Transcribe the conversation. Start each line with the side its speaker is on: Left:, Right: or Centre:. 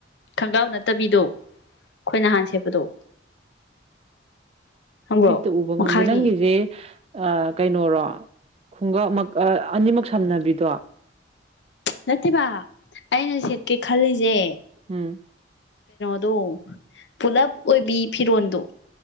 Left: ꯈꯣꯡꯒ꯭ꯔꯥꯎ ꯅꯠꯇꯕꯤꯗꯣ ꯑꯩꯈꯣꯏ ꯅꯍꯥꯟ ꯁꯦꯠꯄꯗꯣ <unintelligible> ꯈꯪꯕ꯭ꯔꯣ
Right: ꯃꯤꯠꯇ ꯎꯕ
Left: ꯃꯈꯥꯒꯤ
Right: ꯉꯝꯗꯦ ꯅꯪꯒꯤꯁꯦ ꯀꯩꯅꯣꯔꯣ ꯈꯨꯡꯒꯞꯃꯛ ꯑꯅꯤꯃꯛ ꯁꯝꯅꯕꯤꯗꯣ
Left: ꯅꯠꯇꯦꯕ ꯑꯩꯅ ꯁꯦꯠꯀꯦ ꯈꯜꯂꯤꯁꯦ
Right: ꯎꯝ
Left: ꯑꯗꯣ ꯄꯨꯂꯞ ꯑꯣꯏꯕꯤ ꯐꯤꯔꯣꯜꯗꯣ